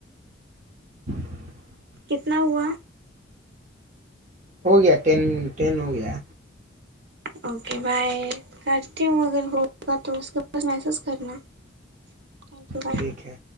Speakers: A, on the right (about 40°); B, on the right (about 60°).
A: <inaudible>
B: کتنا ہوا
A: ہو گیا ٹین ٹین ہو گیا
B: اوک کہ بائی کرتی ہوں اگر ہوگا تو اس کے پاس میس کرناھیک ی بائے
A: ٹھیک ہے